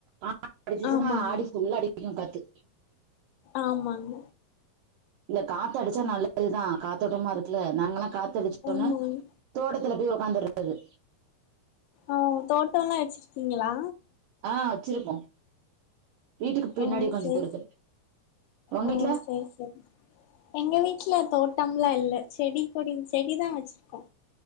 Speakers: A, on the right; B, on the left.
A: ஆ அடிச்சுச்சுன்னா
B: ஆமாங்க
A: ஆடி ஃபுல்லா அடிக்கு காத்து
B: ஆமாங்க
A: இல்ல காத்து அடிச்சா நல்லதுதா காத்தோட்டமா இருக்குல்ல நாங்கல்லா காத்து அடிச்சோன்னே
B: ஆமாங்க
A: தோட்டத்துல போய் ஒக்காந்துர்றது
B: ஓ தோட்டோல்லா வச்சிருக்கீங்களா
A: ஆ வச்சிருப்போ வீட்டுக்கு பின்னாடி
B: ஓ
A: கொஞ்ச
B: சேரி
A: தூரத்துல ஒங்க
B: ஓ
A: வீட்ல
B: சேரி சேரி எங்க வீட்ல தோட்டம்லா இல்ல செடி கொடி செடி தா வச்சிருக்கோ